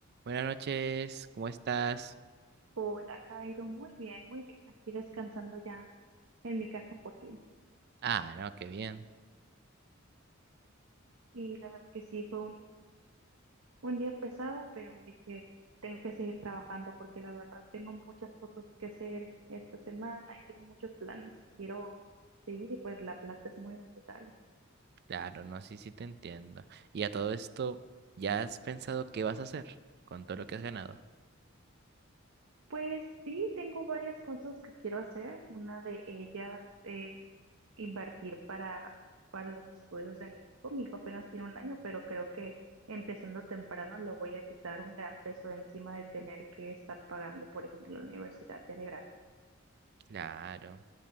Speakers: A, on the right; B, on the right.
A: Buenas noches, ¿cómo estás?
B: Hola, Jairo. Muy bien, muy bien. Aquí descansando ya en mi casa por fin.
A: Ah, no, qué bien.
B: Sí, la verdad que sí, fue un, un día pesado, pero dije, tengo que seguir trabajando porque la verdad tengo muchas cosas que hacer esta semana y tengo muchos planes que quiero seguir y pues la plata es muy necesaria.
A: Claro, no, sí, sí te entiendo. Y a todo esto, ¿ya has pensado qué vas a hacer con todo lo que has ganado?
B: Pues sí, tengo varias cosas que quiero hacer. Una de ellas es invertir para, para los estudios de mi hijo. Mi hijo apenas tiene un año, pero creo que empezando temprano le voy a quitar un gran peso de encima de tener que estar pagando, por ejemplo, la universidad ya de grande.
A: Claro.